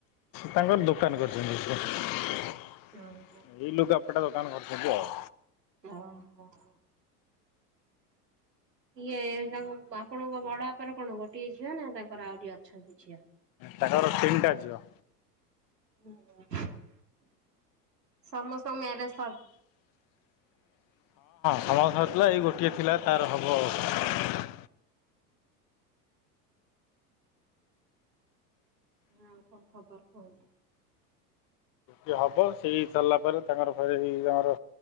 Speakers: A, on the left; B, on the right.
A: ତାଙ୍କର ଦୋ କାନ କରିଛନ୍ତି ଏଇ
B: ଓହୋ
A: ଲୁଗାପଟା ଦୋକାନ କରୁଛନ୍ତି ଆଉ।
B: ଓହୋ ହୋ ଇଏ ତାଙ୍କ ଆପଣଙ୍କ ବଡ ବାପର କଣ ହବ ଗୋଟିଏ ଝି ଝିଅନା ତାଙ୍କର ଆହୁରି ଅଛନ୍ତି ଝିଅ।
A: ତାଙ୍କର ତିନଟା ଝିଅ।
B: ହୁଁ ହୁଁ ସମସ୍ତଙ୍କ ମ୍ୟାରେଜ ସର
A: ଆମର ସରଥିଲା ଏଇ ଗୋଟିଏ ଥିଲା ତାର ହବ ଆଉ।
B: ଆଉ କଣ ଖବର କୁହନ୍ତୁ?
A: ଇଏ ହବ ସେଇ ସରିଲା ପରେ ତାଙ୍କର ପରେ ହେଇ ତାଙ୍କର